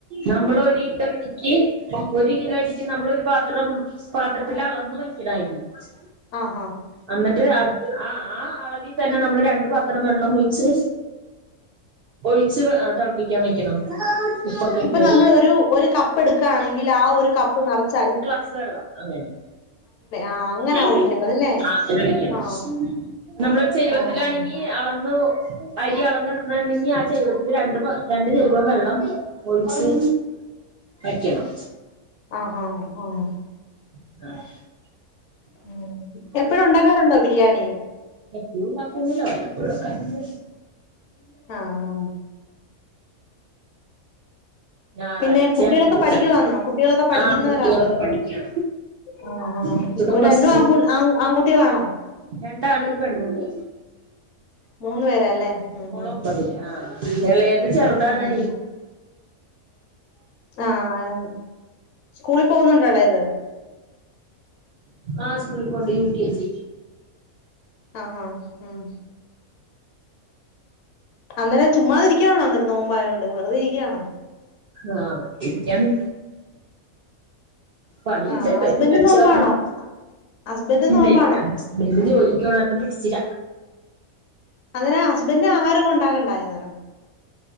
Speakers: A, on the right; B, on the left.
A: നമ്മളൊരീ <unintelligible> ഒരു കിലോ അരിക്ക് നമ്മളൊരു പാത്രം പാത്രത്തിലളന്നു വെക്കണ <unintelligible>
B: ആഹ് ആഹ്
A: അന്നട്ട് ആഹ് ആ അളവിതന്നെ നമ്മള് രണ്ട് പാത്രം വെള്ളം ഒഴിച്ച് ഒഴിച്ച് ഏഹ് തെളപ്പിക്കാൻ വെക്കണം ഉപ്പൊക്കെ
B: ഇപ്പൊ
A: ഇട്ട്
B: നമ്മള് ഒരു ഒരു കപ്പ് എടുക്കാണെങ്കിൽ ആ ഒരു കപ്പ് നിറച്ചായി
A: ഗ്ലാസ്‌ വെള്ളം അങ്ങനെ
B: ആ അങ്ങനാ
A: ആഹ്
B: ഒഴിക്കേണ്ടതല്ലേ
A: അങ്ങനെ വെക്കണം
B: ആ
A: നമ്മള് ഒരു ചെരുവത്തിലാണെങ്കി
B: ഓ ശരി
A: അളന്നു അരി അളന്നിട <unintelligible> ആ ചെരുവത്തില് രണ്ട് രണ്ട് ചെരുവം വെള്ളം ഒഴിച്ച് വെക്കണം
B: ആഹോ ആഹ്
A: <inaudible>
B: ഉം എപ്പഴും ഉണ്ടാക്കാറുണ്ടോ ബിരിയാണി
A: എപ്പഴും ഉണ്ടാക്കൊന്നില്ല വല്ലപ്പോഴൊക്കെ
B: ആ ആ
A: ഞാറാഴ്ച
B: പിന്നെ കുട്ടികളൊക്കെ
A: <unintelligible>
B: പഠിക്കുവാന്നോ കുട്ടികളൊക്കെ പഠിക്കുന്നവരാണോ
A: ആഹ് കുട്ടികളൊക്കെ പഠിക്ക
B: ആ ആ
A: മൂത്തത്
B: ഒരു
A: പ്ലസ്
B: രണ്ടും
A: ടു
B: ആൺപു ആൺകുട്ടികളാണോ
A: രണ്ടാണ് ഒരു പെണ്ണുണ്ട്.
B: മൂന്നു പേരല്ലേ ഉം
A: മോള്
B: ഉം
A: ഒമ്പത് ലാ ആഹ് എളേത് ചെറ്താണ്
B: ഉം ആഹ് സ്കൂളിൽ പോകുന്നുണ്ടോ എളേത്?
A: ആഹ് സ്കൂളിൽ പോവ്ണ്ട് യു കെ ജി
B: ആഹ് ആഹ് ഉം അന്നേരം ചുമ്മാതിരിക്കയാണോ അന്നേരം നോമ്പായോണ്ട് വെർതെ ഇരിക്കയാണോ
A: ആഹ് ഇരിക്കാണ് പണിണ്ട്
B: ആ ഹസ്ബൻഡും
A: പെരേക്കട്ച്ച്
B: നോമ്പാണോ
A: വാര്ണം.
B: ഹസ്ബൻഡും
A: ഇല്ലേല്ല
B: നോമ്പാണോ
A: ഹസ്ബന്റ് ജോലിക്കോണാര്ന്നം പിട്ച്ചില.
B: അങ്ങനെ ഹസ്ബൻ്റ് ആഹാരൊക്കെ ഉണ്ടാക്കണ്ടാ <unintelligible>